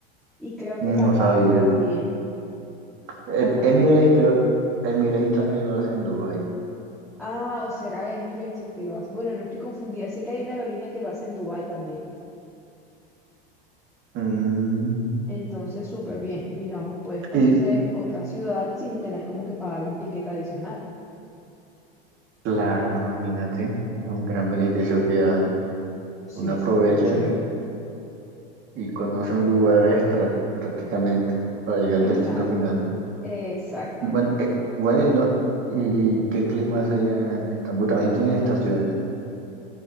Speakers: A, in the centre; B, on the right.
A: y creo que
B: No
A: Qatar
B: sabía.
A: también.
B: Em-
A: Qatar
B: Emirates,
A: te...
B: creo, Emirates también lo hace en Dubái.
A: Ah, o será Emirates el que lo hace. Bueno, no estoy confundida, sé que hay una aerolínea que lo hace en Dubái también.
B: Mm,
A: Entonces, súper bien, digamos, puedes conocer
B: y
A: otra ciudad sin tener como que pagar un ticket adicional.
B: claro, imagínate, un gran beneficio que dan.
A: Sí,
B: Uno aprovecha
A: súper chévere.
B: y conoce un lugar extra prácticamente para llegar
A: Exacto,
B: al destino final.
A: exactamente.
B: Bueno, eh, bueno, y, no- ¿y qué clima hace allá en Estambul? También tienes estaciones.